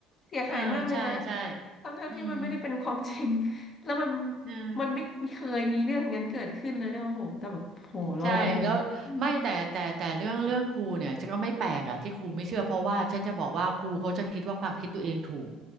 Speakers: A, on the left; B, on the right.
A: เสียหายมากเลยนะ
B: เออใช่ใช่
A: ทั้งทั้งที่มันไม่ได้เป็นความจริง
B: อืม
A: <laughs> แล้วมัน
B: เออ
A: มันไม่มีเคยมีเรื่องอย่างนั้นเกิดขึ้นเลยด้วยโอ้โหแต่แบบโหเราโอ้โหอืม
B: ใช่แล้วไม่แต่แต่แต่เรื่องเรื่องครูเนี่ยฉันก็ไม่แปลกอะที่ครูไม่เชื่อเพราะว่าฉันจะบอกว่าครูเขาจะคิดว่าความคิดตัวเองถูก